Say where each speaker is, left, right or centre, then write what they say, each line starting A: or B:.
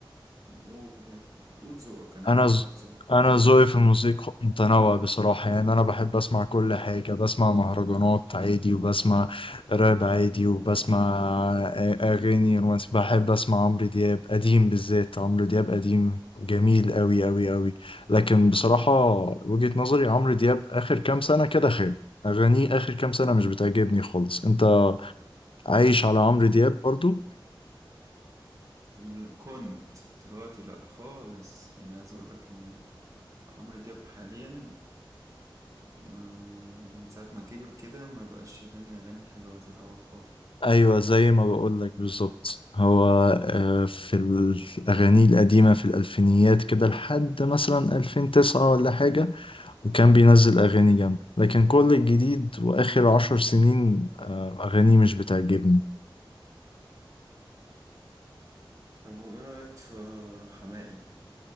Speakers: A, on the right; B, on the left.
A: قول قول قول ذوقك انا
B: انا
A: عايز
B: ز...
A: اعرف ذوقك
B: انا ذوقي في الموسيقى متنوع بصراحه يعني انا بحب اسمع كل حاجه بسمع مهرجانات عادي وبسمع راب عادي وبسمع آ- اغاني رومانسي بحب اسمع عمرو دياب قديم بالذات عمرو دياب قديم جميل قوي قوي قوي لكن بصراحه وجهه نظري عمرو دياب اخر كام سنه كده خاب اغانيه اخر كام سنه مش بتعجبني خالص انت عايش على عمرو دياب برضو
A: ال- كنت دلوقتي لا خالص يعني عايز اقول لك ان عمرو دياب حاليا ما من ساعة ما كبر كده ما بقاش يغني أغاني حلوة زي الأول خالص
B: ايوه زي ما بقول لك بالظبط هو آه، في الاغاني القديمه في الالفينيات كده لحد مثلا 2009 ولا حاجه وكان بينزل اغاني جامده لكن كل الجديد واخر عشر سنين آه، اغاني مش بتعجبني
A: طب وإيه رأيك في حماقي